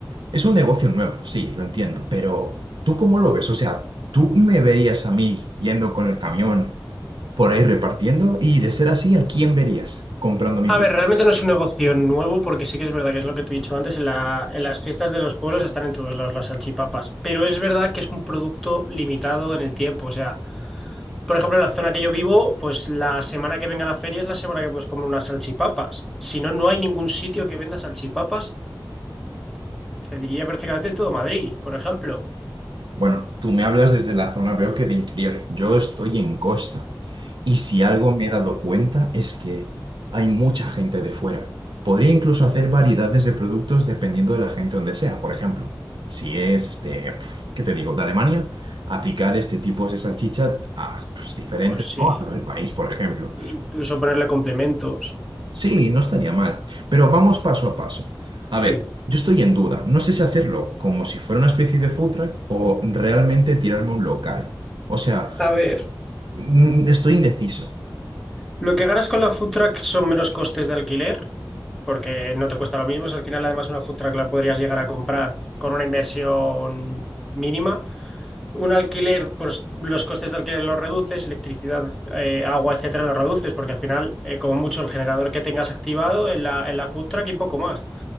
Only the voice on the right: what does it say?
es un negocio nuevo, sí, lo entiendo, pero ¿tú cómo lo ves? O sea, ¿tú me verías a mí yendo con el camión por ahí repartiendo? Y de ser así, ¿a quién verías comprando mi
Bueno, tú me hablas desde la zona, veo que de interior. Yo estoy en costa. Y si algo me he dado cuenta es que hay mucha gente de fuera. Podría incluso hacer variedades de productos dependiendo de la gente donde sea. Por ejemplo, si es, este, pf, ¿qué te digo?, de Alemania, aplicar este tipo de salchicha a pues, diferentes,
¿no? al país, por ejemplo.
Sí, no estaría mal. Pero vamos paso a paso. A
ver, yo estoy en duda. No sé si hacerlo como si fuera una especie de food truck o realmente tirarme un local. O sea,
mm, estoy indeciso.